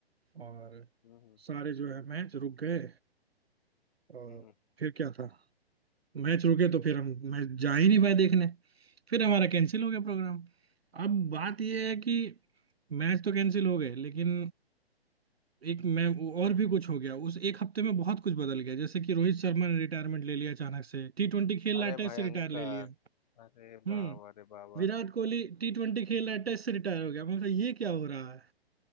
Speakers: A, on the right (about 70°); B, on the left (about 40°).
A: और
B: हम्म
A: सारे जो है मैच रुक गए और
B: हम्म
A: फिर क्या था मैच रुके तो फिर हम मैच जा ही नहीं पाए देखने फिर हमारा कैंसिल हो गया प्रोग्राम अब बात यह है कि मैच तो कैंसिल हो गए लेकिन एक मैं और भी कुछ हो गया उस एक हफ्ते में बहुत कुछ बदल गया जैसे कि रोहित शर्मा ने रिटायरमेंट ले लिया अचानक से टी ट्वेंटी खेल
B: अरे
A: रहा है टेस्ट
B: भयंकर
A: से रिटायर ले लिया
B: अरे
A: हम्म
B: बाबा अरे बाबा
A: विराट कोहली टी ट्वेंटी खेल रहा है टेस्ट से रिटायर हो गया मैं ये क्या हो रहा है